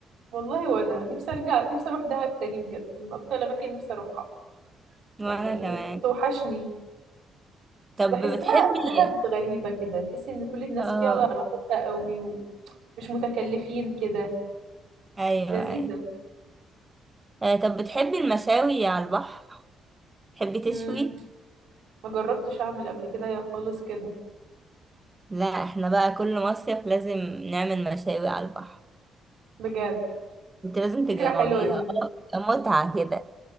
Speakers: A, on the right; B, on the right.
A: والله وانا نفسي ارجع نفسي اروح دهب تاني بجد من اكتر الاماكن نفسي اروحها
B: وانا
A: يعني
B: كمان
A: بتوحشني
B: طب
A: بحسها
B: بتحبي
A: دهب غريبة كده تحس إن كل الناس
B: اه
A: فيها على راحتها قوي ومش متكلفين كده
B: ايوه
A: لذيذة
B: ايوه آه، طب بتحبي المشاوي على البحر تحبي تشوي
A: مم. ما جربتش أعمل قبل كده يا خالص كده
B: لا احنا بقى كل مصيف لازم نعمل مشاوي على البحر
A: بجد
B: انت لازم تجربيها
A: فكرة حلوة دي
B: آه، متعة كده